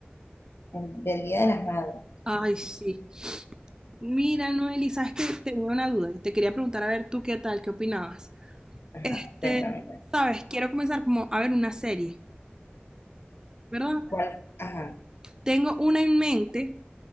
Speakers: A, on the left (about 80°); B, on the right (about 20°).
A: El- Del Día de las Madres.
B: Ay, sí. Mira, Noeli, sabes que tenía una duda y te quería preguntar a ver tú qué tal, qué opinabas.
A: Ajá,
B: Este,
A: cuéntame, cuéntame.
B: sabes, quiero comenzar como a ver una serie, ¿verdad?
A: ¿Cuál? Ajá.
B: Tengo una en mente,